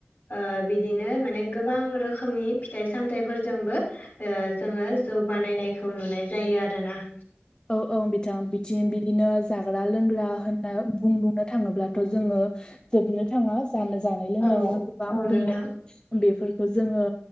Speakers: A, on the left; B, on the left.
A: ओ बिदिनो माने गोबां रोखोमनि फिथाइ सामथायाइफोरजोंबो ओ जोङो जौ बानायनायखौ नुनाय जायो आरोना।
B: औ औ बिथां बिथि बिदिनो जाग्रा लोंग्रा होनना बुं बुंनो थाङोब्लाथ' जोङो जोबनो थाङा जानो जानाय लोंनाया
A: औ
B: गोबां
A: औ नोंथां
B: दोङो बेफोरखौ जोङो